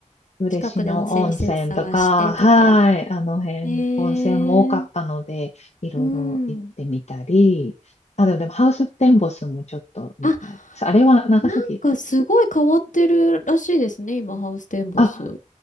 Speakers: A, on the left (about 55°); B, on the left (about 75°).
A: 嬉野温泉とか、
B: 近くで温泉施設探してとか。
A: はい、あの辺、
B: ええー
A: 温泉も多かったので、いろいろ行ってみたり、
B: うん。
A: あ、でも、でもハウステンボスもちょっと見たり。
B: あ、
A: あれは長崎。
B: なんかすごい変わってるらしいですね、今、ハウステンボス。
A: あ、